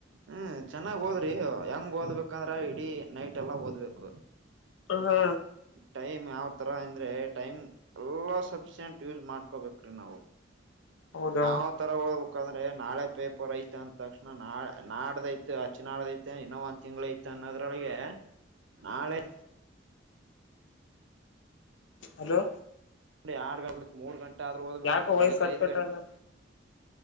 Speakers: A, on the right (about 75°); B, on the left (about 75°).
A: ಹ್ಮ್ ಚೆನ್ನಾಗ್ ಓದ್ರಿ ಹೆಂಗ್ ಓದ್ಬೇಕಂದ್ರ ಇಡೀ ನೈಟ್ ಎಲ್ಲ ಓದ್ಬೇಕು.
B: ಹಾ
A: ಟೈಮ್ ಯಾವ್ ತರ ಅಂದ್ರೆ ಟೈಮ್ ಎಲ್ಲಾ ಸಫಿಶಿಯಂಟ್ ಯೂಸ್ ಮಾಡ್ಕೋಬೇಕು ನಾವು.
B: ಹೌದಾ
A: ಯಾವ್ತರ ಓದಬೇಕು. ಅಂದ್ರೆ ನಾಳೆ ಪೇಪರ್ ಐತ ಅಂದ ತಕ್ಷಣ ನಾ ನಾಡ್ದೈು ಹಚ್ಚು ನಾಡ್ದಐತೆ ಇನ್ನೊ ಒಂದ್ ತಿಂಗಳ ಐತ್ ಅನ್ನೋದ್ರೊಳಗೆ.... ನಾಳೆ
B: ಹ್ಮ್ ಹಲೋ
A: ಡಿ ಆರ್ಡು ಗಂಟಕ್ಕೆ ಮೂರು ಗಂಟೆ ಆದ್ರೂ ಓದ್ಬೇಕು
B: ಯಾಕೋ
A: ಬೆಳಗ್ಗೆ
B: ವಯಸ್ ಕಟ್
A: ಐದು
B: ಕಟ್ಟಲ್ಲ
A: ಗಂಟೆ.